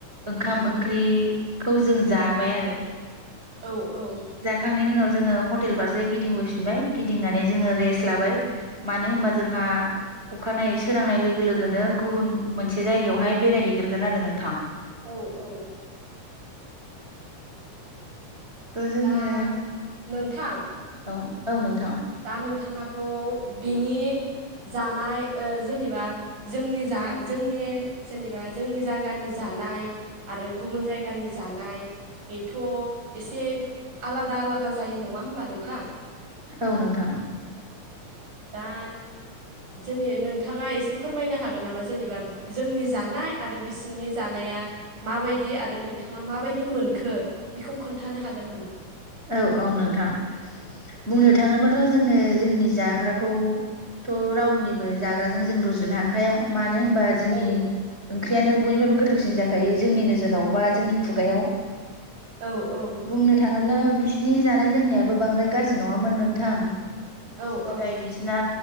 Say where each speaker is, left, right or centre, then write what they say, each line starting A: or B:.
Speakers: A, on the right (about 20°); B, on the right (about 70°).
A: ओंखाम ओंख्रिखौ जों जाबाय आरो
B: औ औ
A: जाखांनायनि उनाव जोङो हटेल फारसे गिदिंबोफिनबाय गिदिंनानै जोङो रेस्ट लाबाय। मानो होनबा जोंहा अखानायै सोरांनाय लोगो लोगोनो गुबुन मोनसे जायगायावहाय बेरायहैग्रोगोन आरो नों थां।
B: औ औ
A: थ' जोंनो
B: दा नोंथां
A: औ औ नोंथां
B: दा नोंथाङा थ' बिनि जानाय ओ जेनेबा जोंनि जा जोंनि जेनेबा जोंनि जागानि जानाय आरो गुबुन जायगानि जानाय बेथ' एसे आलादा आलादा जायो नङा होमबा नोंथां?
A: औ नोंथां
B: दा जेने नोंथाङा एसे फोरमायनो हागोन नामा जेनेबा जोंनि जानाय आरो बिसिनि जानाया माबायदि आरो नोंथाङा माबायदि मोनखो बेखौ खोन्थानो हागोन नामा?
A: औ औ नोंथां बुंनो थाङोबाथ' जोङो जोंनि जाग्राखौथ' रावनिबो जाग्राजों जों रुजुनो हाखाया मा नो होनबा जोंनि
B: औ
A: ओंख्रियानो बयनिफ्रायबो गोथावसिन जाखायो जोंनि नोजोराव बा जोंनि खुगायाव
B: औ औ
A: बुंनो थाङोब्ला बिसोरनि जानाय लोंनायाबो बांद्राय गाज्रि नङामोन नोंथां।
B: औ
A: नाथाय
B: औ
A: बिसना